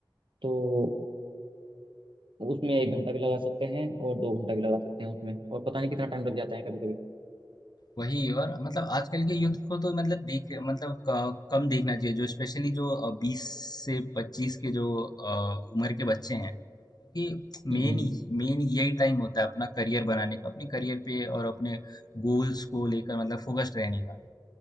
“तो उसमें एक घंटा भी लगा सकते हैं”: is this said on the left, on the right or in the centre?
Right